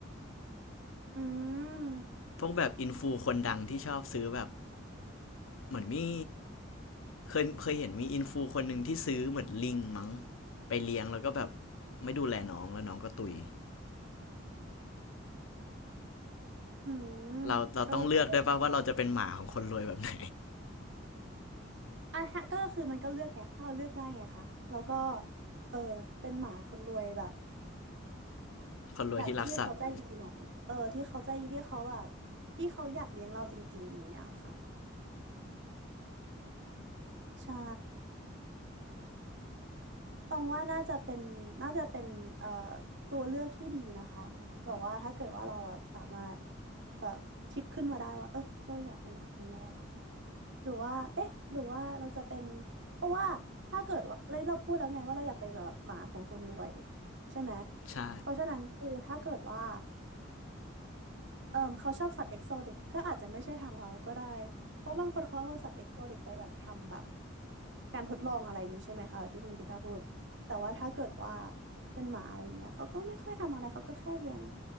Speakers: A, on the right; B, on the left.
A: ๆอืม
B: พวกแบบอินฟูคนดังที่ชอบซื้อแบบเหมือนมีเคยเคยเห็นมีอินฟูคนหนึ่งที่ซื้อเหมือนลิงมั้งไปเลี้ยงแล้วก็แบบไม่ดูแลน้องแล้วน้องก็ตุย
A: อืม
B: เราเราต้องเลือกได้วยป่ะว่าเราจะเป็นหมาของคนรวยแบบไหน
A: เออก็ก็อ่ะฮะก็คือมันก็เลือกไงถ้าเราเลือกได้ไงคะแล้วก็เออเป็นหมาคนรวยแบบ
B: <laughs> คนรวยที่รักสัตว์
A: แบบที่เขาใจดีหน่อยเออที่เขาใจดีที่เขาแบบที่เขาอยากเลี้ยงเราจริงๆอย่างเงี้ยค่ะใช่ ตรงว่าน่าจะเป็นน่าจะเป็นเอ่อตัวเลือกที่ดีนะคะแบบว่าถ้าเกิดว่าเราอะสามารถแบบคิดขึ้นมาได้ว่าเออเราอยากเป็นหมาของเราอะหรือว่าเอ๊ะหรือว่าเราจะเป็นเพราะว่าถ้าเกิดว่าเราเราพูดแล้วไงว่าเราอยากเป็นแบบหมาของคนรวยใช่ไหม
B: ใช่
A: เพราะฉะนั้นคือถ้าเกิดว่าเออเขาชอบสัตว์เอกโซติกก็อาจจะไม่ใช่ทางเราก็ได้เพราะบางคนเขาเอาสัตว์เอกโซติกไปแบบทำแบบ การทดลองอะไรอย่างนี้ใช่ไหมคะที่คุณกีตาร์พูดแต่ว่าถ้าเกิดว่าเป็นหมาอะไรอย่างเงี้ยเขาก็ไม่ค่อยทำอะไร เขาก็แค่เลี้ยง